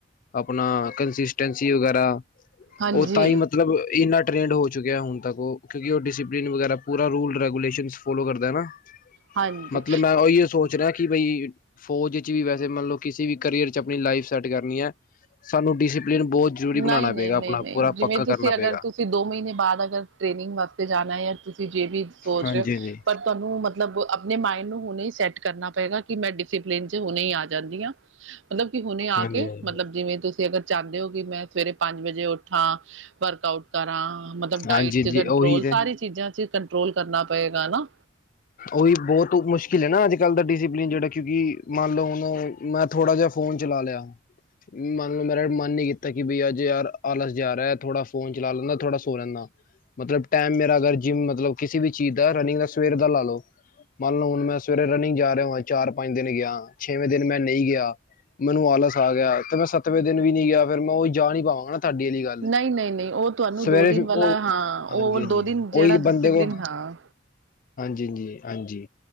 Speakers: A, on the left (about 45°); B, on the right (about 70°).
A: ਅਪਣਾ, ਕੰਸਿਸਟੈਂਸੀ ਵਗੈਰਾ
B: ਹਾਂਜੀ
A: ਉਹ ਤਾਂ ਹੀ ਮਤਲਬ, ਇੰਨਾ ਟ੍ਰੇਡ ਹੋ ਚੁੱਕਿਆ ਹੁਣ ਤੱਕ ਉਹ, ਕਿਉਂਕਿ ਉਹ ਡਪ <unintelligible> ਵਗੈਰਾ ਪੂਰਾ ਰੂਲ ਰੈਗੂਲੇਸ਼ਨ ਫੋਲੋ ਕਰਦਾ ਨਾ,
B: ਹਾਂਜੀ
A: ਮਤਲਬ ਮੈਂ ਇਹ ਸੋਚ <unintelligible> ਜਿਹੜਾ ਕਿ ਬਈ, ਫੌਜ ਵਿਚ ਵੀ ਵੈਸੇ ਮਤਲਬ ਕਿਸੀ ਵੀ ਕਰੀਅਰ ਚ, ਆਪਣੀ ਲਾਈਫ ਸੈੱਟ ਕਰਨੀ ਹੈ। ਸਾਨੂੰ ਡਿਸਸੀਪਲਿਨ ਬਹੁਤ ਜ਼ਰੂਰੀ
B: ਨਹੀਂ-ਨਹੀਂ-ਨਹੀਂ-ਨਹੀਂ,
A: ਬਣਾਉਣਾ ਪਏਗਾ ਆਪਣਾ ਪੂਰਾ
B: ਜਿਵੇਂ
A: ਪੱਕਾ
B: ਤੁਸੀਂ
A: ਕਰਨਾ
B: ਅਗਰ,
A: ਪਏਗਾ
B: ਤੁਸੀਂ ਦੋ ਮਹੀਨੇ ਬਾਅਦ ਅਗਰ ਟ੍ਰੇਨਿੰਗ ਵਾਤੇ ਤੇ ਜਾਣਾ ਹੈ, ਤੁਸੀਂ ਜੇ ਵੀ ਸੋਚ
A: ਹਾਂਜੀ
B: ਰਹੇ ਹੋ,
A: ਹਾਂਜੀ
B: ਪਰ ਤੁਹਾਨੂੰ ਮਤਲਬ, ਆਪਣੇ ਮਾਇੰਡ ਨੂੰ ਹੁਣੇ ਹੀ ਸੈੱਟ ਕਰਨਾ ਪਏਗਾ ਕਿ ਮੈਂ ਡਿਸਿਪਲਿਨ ਚ ਹੁਣੇ ਹੀ ਆ ਜਾਂਦੀ ਹਾਂ। ਮਤਲਬ ਕਿ ਹੁਣੇ ਆ
A: ਹਾਂਜੀ
B: ਕੇ,
A: ਹਾਂਜੀ
B: ਮਤਲਬ ਜਿਵੇਂ ਤੁਸੀਂ ਅਗਰ ਚਾਹੁੰਦੇ ਹੋ ਕਿ ਮੈਂ ਸਵੇਰੇ ਪੰਜ ਵਜੇ ਉੱਠਾਂ, ਵਰਕ ਆਊਟ ਕਰਾਂ, ਮਤਲਬ ਡਾਇਟ
A: ਹਾਂਜੀ
B: ਚ
A: ਜੀ
B: ਕੰਟਰੋਲ,
A: ਉਹੀ ਤੇ
B: ਸਾਰੀ ਚੀਜ਼ਾਂ ਚ ਕੰਟਰੋਲ ਕਰਨਾ ਪਏਗਾ ਨਾ
A: ਉਹੀ, ਬਹੁਤ ਮੁਸ਼ਕਿਲ ਹੈ ਨਾ ਅੱਜ ਕੱਲ੍ਹ ਦਾ ਡਿਸਿਪਲਿਨ ਜਿਹੜਾ, ਕਿਉਂਕਿ ਮੰਨ ਲਓ ਹੁਣ ਮੈਂ ਥੋੜਾ ਜਿਹਾ ਫੋਨ ਚਲਾ ਲਿਆ ਮੰਨਲੋ, ਮੇਰਾ ਮਨ ਨਹੀਂ ਕੀਤਾ ਕਿ ਬਈ ਅੱਜ ਯਾਰ, ਆਲਸ ਜਾ ਰਿਹਾ, ਥੋੜਾ ਫੋਨ ਚਲਾ ਲੈਂਦਾ, ਥੋੜ੍ਹਾ ਸੋ ਲੈਂਦਾ ਮਤਲਬ ਟਾਈਮ ਮੇਰਾ ਅਗਰ ਜਿੰਮ, ਮਤਲਬ ਕਿਸੇ ਵੀ ਚੀਜ਼ ਦਾ,, ਰਨਿੰਗ ਸਵੇਰ ਦਾ ਲਾ ਲੋ ਮੰਨ ਲਓ ਹੁਣ ਮੈਂ ਸਵੇਰੇ ਰਨਿੰਗ ਜਾ ਰਿਹਾ ਹੋਵਾਂ, ਚਾਰ ਪੰਜ ਦਿਨ ਗਿਆ, ਛੇਵੇਂ ਦਿਨ ਮੈਂ ਨਹੀਂ ਗਿਆ ਮੈਨੂੰ ਆਲਸ ਆ ਗਿਆ, ਤੇ ਮੈਂ ਸੱਤਵੇਂ ਦਿਨ ਵੀ ਨੀ ਗਿਆ, ਫੇਿਰ ਮੈਂ ਉਹੀ ਜਾ ਨੀ ਪਾਵਾਂਗਾ ਤੁਹਾਡੀ ਵਾਲੀ ਗੱਲ,
B: ਨਹੀਂ ਨਹੀਂ ਨਹੀਂ ਉਹ ਤੁਹਾਨੂੰ
A: ਸਵੇਰੇ
B: ਦੋ ਦਿਨ ਵਾਲਾ
A: ਉਹ,
B: ਹਾਂ
A: ਹਾਂਜੀ-ਹਾਂਜੀ!
B: ਉਹ ਦੋ ਦਿਨ ਜਿਹੜਾ
A: ਉਹੀ
B: ਡਿਸਿਪਲਿਨ
A: ਬੰਦੇ ਕੋਲ
B: ਹਾਂ
A: <unintelligible> ਹਾਂਜੀ-ਹਾਂਜੀ।